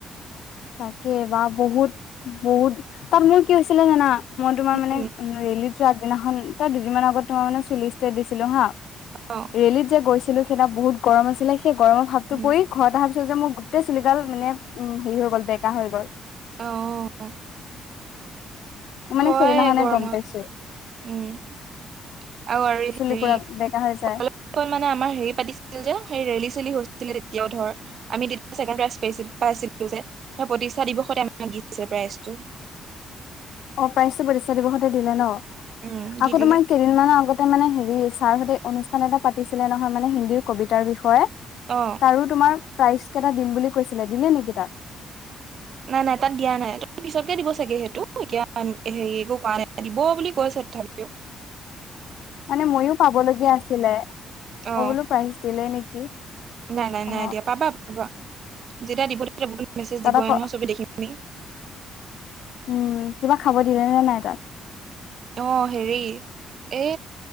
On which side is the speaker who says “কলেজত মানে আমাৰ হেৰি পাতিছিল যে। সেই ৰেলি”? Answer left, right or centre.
Right